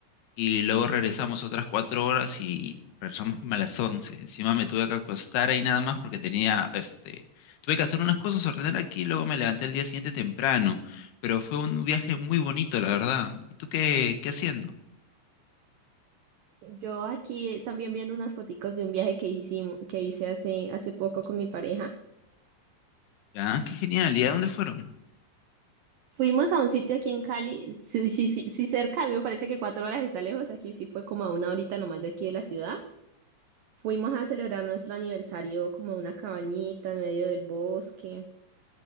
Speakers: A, on the left (about 70°); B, on the right (about 80°).
A: y luego regresamos otras cuatro horas y regresamos como a las once. Encima me tuve que acostar ahí nada más porque tenía, este, tuve que hacer unas cosas, ordenar aquí, y luego me levanté el día siguiente temprano, pero fue un viaje muy bonito, la verdad. ¿Y tú qué, qué haciendo?
B: Yo aquí también viendo unas foticos de un viaje que hicimos, que hice hace, hace poco con mi pareja.
A: Ah, qué genial, ¿y a dónde fueron?
B: Fuimos a un sitio aquí en Cali, sí, sí, sí, sí cerca, a mí me parece que cuatro horas está lejos, aquí sí fue como a una horita nomás de aquí de la ciudad. Fuimos a celebrar nuestro aniversario como a una cabañita en medio del bosque,